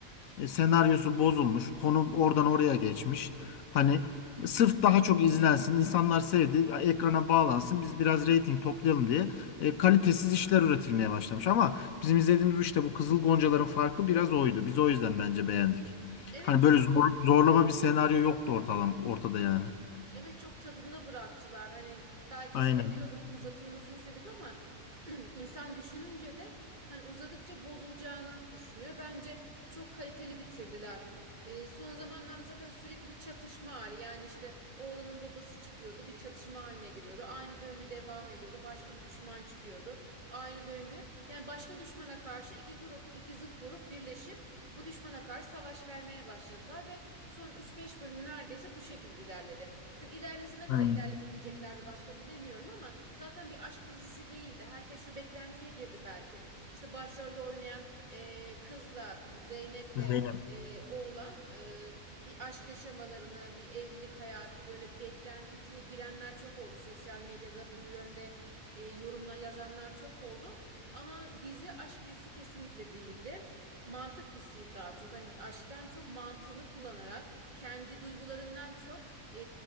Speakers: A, on the left; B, on the right.
A: E, senaryosu bozulmuş. Konu oradan oraya geçmiş. Hani sırf daha çok izlensin, insanlar sevdi, ekrana bağlansın, biz biraz reyting toplayalım diye e, kalitesiz işler üretilmeye başlamış. Ama bizim izlediğimiz işte bu Kızıl Goncalar'ın farkı biraz oydu. Biz o yüzden bence beğendik.
B: Evet
A: Hani
B: çok
A: böyle zor- zorlama bir senaryo yoktu ortalam, ortada yani.
B: Evet çok tadında bıraktılar. Hani belki
A: Aynen.
B: seviyorduk, uzatılmasını istedik ama <clears throat> insan düşününce de hani uzadıkça bozulacağını düşünüyor. Bence çok kaliteli bitirdiler. Ee, son zamanlarda zaten sürekli bir çatışma hali. Yani işte oğlanın babası çıkıyordu, bir çatışma haline giriyordu. Aynı döngü devam ediyordu. Başka bir düşman çıkıyordu. Aynı döngü. Yani başka düşmana karşı iki grup, iki zıt grup birleşip bu düşmana karşı savaş vermeye başladılar başladılar ve son üç beş bölüm neredeyse bu şekilde ilerledi. Hani ilerlese ne kadar
A: Aynen.
B: ilerletebileceklerdi başka bilemiyorum ama zaten bir aşk dizisi değildi. Herkes şu beklentiye girdi belki. İşte başrolde oynayan e, kızla Zeynep'le
A: Zeynep.
B: e, oğlan e, bir aşk yaşamalarını, bir evlilik hayatı böyle beklenti içine girenler çok oldu. Sosyal medyada bu yönde e, yorumla yazanlar çok oldu. Ama dizi aşk dizisi kesinlikle değildi. Mantık dizisi daha çok. Hani aşktan çok mantığını kullanarak kendi duygularından çok e,